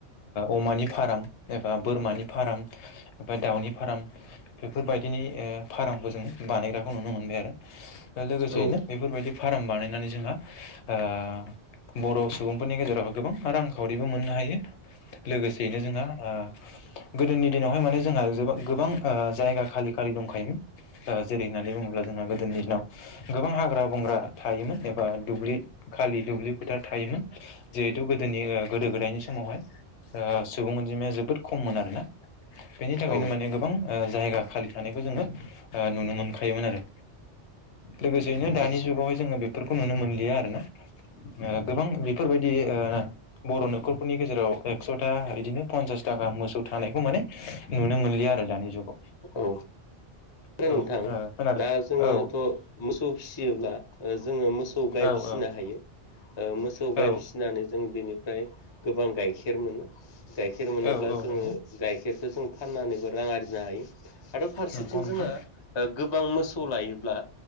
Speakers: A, on the left (about 75°); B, on the left (about 40°).
A: अमानि फार्म एबा बा बोरमानि फार्म बा दाउनि फार्म बेफोरबायदिनि ओ फार्मखौ जोङो बानाय बानायग्राखौ नुनो मोनबाय आरो लोगोसेयैनो
B: औ उम
A: बेफोरबायदि फार्म बानायनानै जोंङो ओ बर' सुबुंफोरनि गेजेरावहाय गोबां रांखावरिबो मोननो हायो लोगोसेयैनो जोंहा ओ गोदोनि दिनावहाय माने जोंहा गोबां जायगा खालि खालि दंखायोमोन जेरै न होननानै बुङोब्ला जोंहा गोदोनि दिनाव गोबां हाग्रा बंग्रा थायोमोन एबा दुब्लि खालि दुब्लि फोथार थायोमोन जिहेथु गोदोनि गोदो गोदायनि समावहाय सुबुं अनजिमाया जोबोद खम मोन आरोना। बेनि थाखायनो
B: औ
A: माने गोबां ओ जायगा खालि थानायखौ जोङो ओनुनो नुनोमोनखायोमोन आरो। लोगोसेयैनो दानि
B: आदसा
A: जुगावहाय जोङो बेफोरखौ नुनो मोनलिया आरोना। गोबां बेफोरबायदि बर' न'खरफोरनि गेजेराव एक्स'था बिदिनो पन्सासथा मोसौ थानायखौ माने नुनो मोनलिया आरो दानि जुगाव।
B: औ
A: औ।
B: नोंथां
A: खोनादों
B: दा जोङोथ
A: औ
B: मोसौ फिसियोब्ला जोङो मोसौ गाइ
A: औ
B: फिसिनो
A: औ
B: हायो मोसौ
A: औ
B: गाइ फिसिनानै जों बेनिफ्राय गोबां गाइखेर मोनो। गाइखेर मोनोब्ला
A: औ औ
B: जोङो
A: नंगौ
B: गाइखेरखौ जों फाननानैबो रां आरजिनो हायो आरो फारसेथिं
A: नंगौ नोंथां
B: जोंहा गोबां मोसौ लायोब्ला